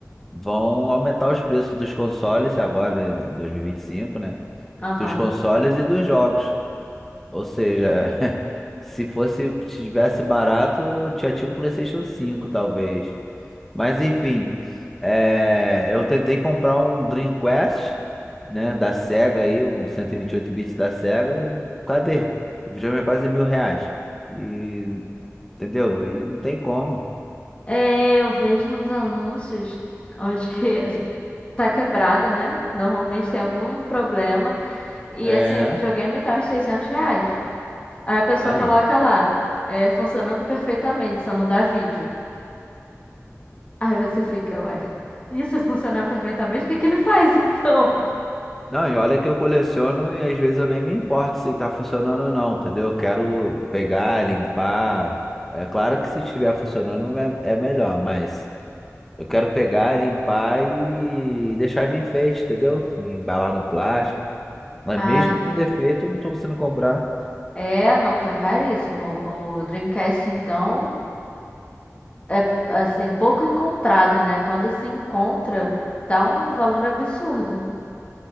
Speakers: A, in the centre; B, on the left.
A: vão aumentar os preços dos consoles agora, né, em 2025, né?
B: Aham.
A: Dos consoles e dos jogos. Ou seja, <laughs> se fosse, se tivesse barato, já tinha um PlayStation 5, talvez. Mas enfim, é, eu tentei comprar um Dreamcast, né, da Sega aí, um 128 bits da Sega. eu- Cadê? O videogame é quase mil reais. E, entendeu? E não tem como.
B: É, eu vejo uns anúncios onde <laughs> tá quebrado, né? Normalmente tem algum problema. E
A: É,
B: assim, o videogame tá uns 600 reais. Aí a pessoa
A: aí.
B: coloca lá, é, funcionando perfeitamente, só não dá vídeo. Aí você fica, ué, isso é funcionar perfeitamente, o que é que ele faz <laughs> então?
A: Não, e olha que eu coleciono e às vezes eu nem me importo se tá funcionando ou não, entendeu? Eu quero pegar, limpar. É claro que se estiver funcionando é, é melhor, mas eu quero pegar, limpar e deixar de enfeite, entendeu? Embalar no plástico. Mas
B: Ah,
A: mesmo com
B: sim.
A: defeito, eu não tô conseguindo comprar.
B: É, não, tá caríssimo. O Dreamcast, então, é assim, pouco encontrado, né? Quando se encontra, tá um valor absurdo.